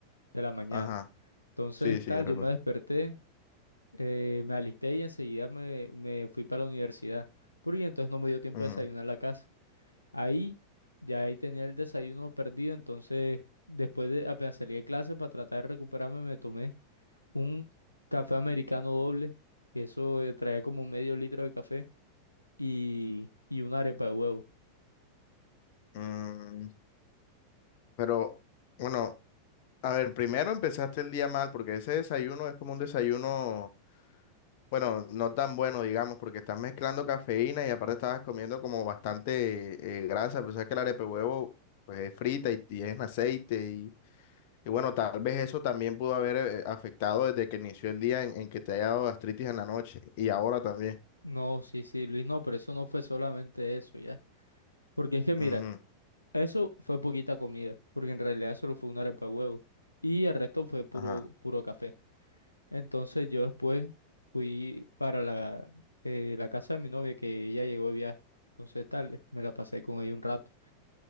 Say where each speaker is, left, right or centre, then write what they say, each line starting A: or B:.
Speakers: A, on the left; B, on the left.
A: De la mañana.
B: Ajá.
A: Entonces,
B: Sí, sí,
A: tal,
B: yo recuerdo.
A: yo me desperté, eh, me alisté y enseguida me, me fui para la universidad. Porque entonces no me dio tiempo
B: Ujú.
A: de desayunar en la casa. Ahí, ya ahí tenía el desayuno perdido, entonces, después de, apenas salí de clase para tratar de recuperarme, me tomé. un café americano doble, que eso eh, trae como medio litro de café, y, y una arepa de huevo.
B: Mm, Pero, bueno. A ver, primero empezaste el día mal porque ese desayuno es como un desayuno, bueno, no tan bueno, digamos, porque estás mezclando cafeína y aparte estabas comiendo como bastante eh, grasa, pues sabes que el arepe huevo pues es frita y, y es en aceite y, y bueno, tal vez eso también pudo haber eh, afectado desde que inició el día en, en que te haya dado gastritis en la noche y ahora también.
A: No, sí, sí, Luis, no, pero eso no fue solamente eso, ya. Porque es que mira,
B: Ujú,
A: eso fue poquita comida, porque en realidad solo fue una arepa de huevo, y el resto fue puro,
B: Ajá,
A: puro café. Entonces yo después fui para la, eh, la casa de mi novia, que ella llegó de viaje. Entonces tal, me la pasé con ella un rato.